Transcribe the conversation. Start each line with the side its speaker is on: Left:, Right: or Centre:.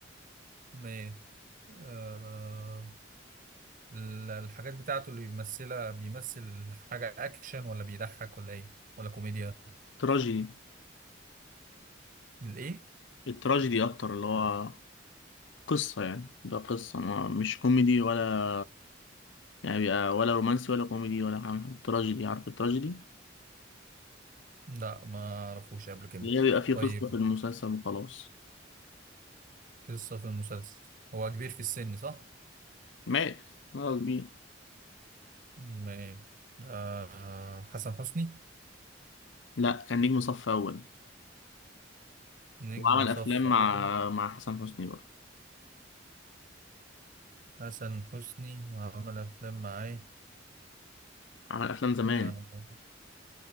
Right: ميت آه ال- الحاجات بتاعته اللي بيمثلها بيمثل حاجة أكشن ولا بيضحك ولا إيه ولا كوميديا
Left: تراجيدي
Right: الإيه؟
Left: التراجيدي أكتر اللي هو قصة يعني ده قصة ما مش كوميدي ولا يعني بيبقى ولا رومانسي ولا كوميدي ولا حاجة تراجيدي عارف التراجيدي
Right: لا ما أعرفوش قبل كده
Left: اللي هي بيبقى فيه
Right: طيب
Left: قصة في المسلسل وخلاص
Right: قصة في المسلسل هو كبير في السن صح؟
Left: مات خلاص كبير
Right: مال آه حسن حسني
Left: لا كان نجم صف أول
Right: نجم
Left: وعمل
Right: صف
Left: أفلام
Right: أول
Left: مع مع حسن حسني برضه
Right: حسن حسني وعمل أفلام معاه
Left: عمل أفلام زمان
Right: آه